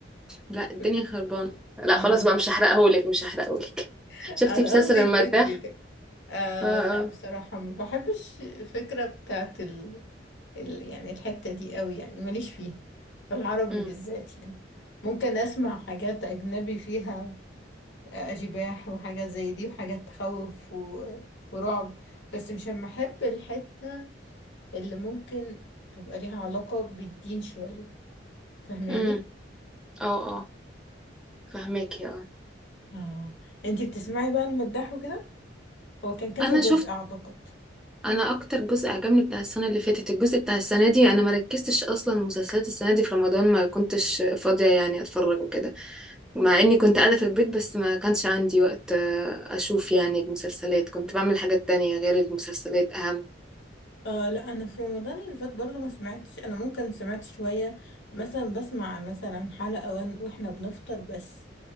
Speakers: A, in the centre; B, on the left.
A: لا الدنيا
B: <laughs>
A: خربانه لا
B: أمم.
A: خلاص بقى مش هحرقهولك مش هحرقهولك
B: انا
A: شفتي بسلسل
B: قصدي
A: المداح
B: البيت بيتك آه
A: اه
B: لا
A: اه
B: بصراحة ما بحبش الفكرة بتاعت ال- يعني الحتة دي قوي يعني ماليش فيها في العربي
A: امم
B: بالذات يعني ممكن اسمع حاجات اجنبي فيها آه، اشباح وحاجات زي دي وحاجات تخوف و... ورعب بس مش اما احب الحتة اللي ممكن تبقى ليها علاقة بالدين شوية فاهماني
A: امم اه اه فهماكي اه
B: اه انتي بتسمعي بقى المداح وكده هو كان كذا
A: انا شفت
B: جزء اعتقد
A: انا اكتر جزء عجبني بتاع السنه اللي فاتت الجزء بتاع السنه دي انا ما ركزتش اصلا مسلسلات السنه دي في رمضان ما كنتش فاضيه يعني اتفرج وكده مع اني كنت قاعده في البيت بس ما كانش عندي وقت آه، اشوف يعني المسلسلات كنت بعمل حاجات تانية غير المسلسلات اهم
B: آه لا انا في رمضان اللي فات برضه ما سمعتش انا ممكن سمعت شوية مثلا بسمع مثلا حلقة وأن- واحنا بنفطر بس